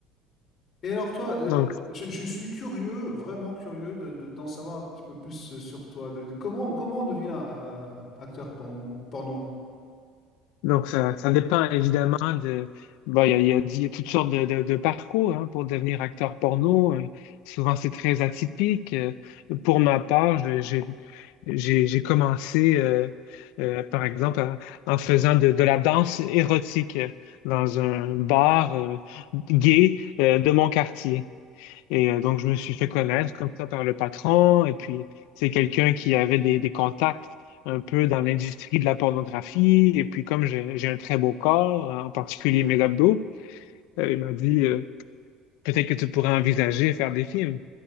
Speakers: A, on the left; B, on the left.
A: Et alors toi, euh,
B: Donc,
A: je, je suis curieux, vraiment curieux de, de- d'en savoir un petit peu plus euh, sur toi. De- de- comment, comment on devient euh, acteur porno, porno?
B: Donc, ça, ça dépend évidemment de. Bon, il y a, il y a- il y a toutes sortes de, de- de parcours hein, pour devenir acteur porno. Euh, souvent, c'est très atypique. Euh, pour ma part, je- j'ai j'ai j'ai commencé, euh, euh, par exemple, à- en faisant de, de la danse érotique euh, dans un bar euh, gay euh, de mon quartier. Et euh, donc, je me suis fait connaître comme ça par le patron. Et puis, c'est quelqu'un qui avait des, des contacts un peu dans l'industrie de la pornographie. Et puis, comme j'ai j'ai un très beau corps, euh, en particulier mes abdos, euh, il m'a dit, euh, peut-être que tu pourrais envisager faire des films.